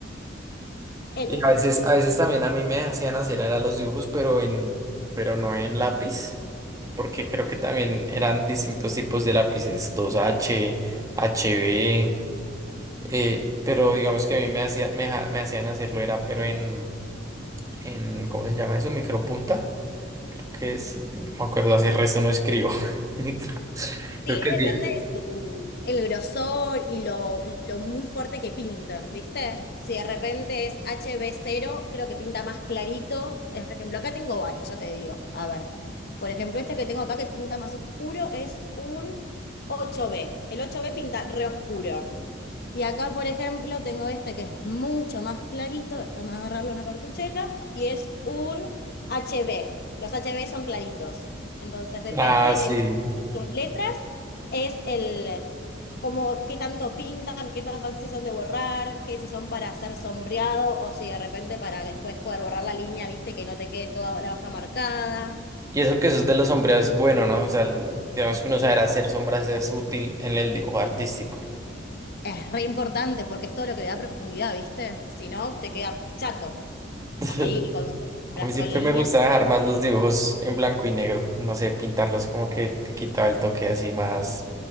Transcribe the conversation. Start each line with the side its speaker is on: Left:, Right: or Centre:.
Left: en-
Right: Y a veces, a veces también a mí me hacían hacer era los dibujos, pero en, pero no en lápiz, porque creo que también eran distintos tipos de lápices, dos h HB, eh, pero digamos que a mí me hacía, me, ha- me hacían hacerlo era, pero en, en, ¿cómo se llama eso? Micropunta, creo que es, no me acuerdo, así el resto no escribo. <laughs>
Left: sí,
Right: Creo que sí.
Left: depende de su- el grosor y lo, lo muy fuerte que pinten, ¿viste? Si de repente es hb cero, creo que pinta más clarito. Es, Por ejemplo, acá tengo varios, ya te digo. A ver, por ejemplo, este que tengo acá que pinta más oscuro es un ocho b El ocho b pinta re oscuro. Y acá, por ejemplo, tengo este que es mucho más clarito, déjame agarrarlo en la cartuchera, y es un HB. Los HB son claritos. Entonces, depende
Right: Ah, sí.
Left: el, las letras, es el como qué tanto pintan, qué tan fácil son de borrar, que si son para hacer sombreado o si de repente para después poder borrar la línea, viste, que no te quede toda la hoja marcada.
Right: Y eso que eso es de los sombreados, bueno, ¿no? O sea, digamos que uno saber hacer sombras es útil en el dibujo artístico.
Left: Es re importante porque es todo lo que le da profundidad, ¿viste? Si no, te queda chato.
Right: <laughs>
Left: Ahí con sombras,
Right: A mí siempre
Left: con líneas.
Right: me gustaba
Left: empezás
Right: dejar más
Left: a-
Right: los dibujos en blanco y negro. No sé, pintarlos como que te quitaba el toque así más